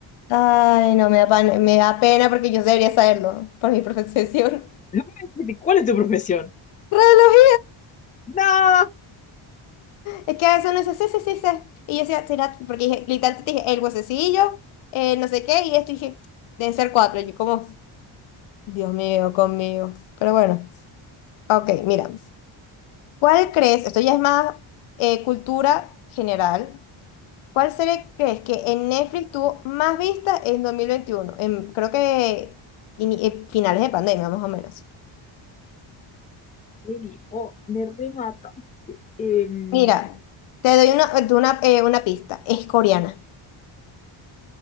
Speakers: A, on the left; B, on the left.
A: Ay, no, me da, pan- me da pena porque yo debería saberlo por mi profesión. <laughs>
B: <laughs> ¿Cuál es tu profesión?
A: ¡Reloj!
B: No.
A: Es que a veces uno dice, sí, sí, sí, sí. Y yo decía, será, porque dije, literalmente te dije, el huesecillo, eh, no sé qué, y esto y dije, deben ser cuatro. Y yo como, Dios mío, conmigo. Pero bueno, ok, mira. ¿Cuál crees, esto ya es más eh, cultura general, ¿cuál serie crees que en Netflix tuvo más vistas en dos mil veintiuno En, creo que ini- eh, finales de pandemia, más o menos.
B: Eri, Oh, me remataste. Em,
A: Mira, te doy una, una, eh, una pista. Es coreana.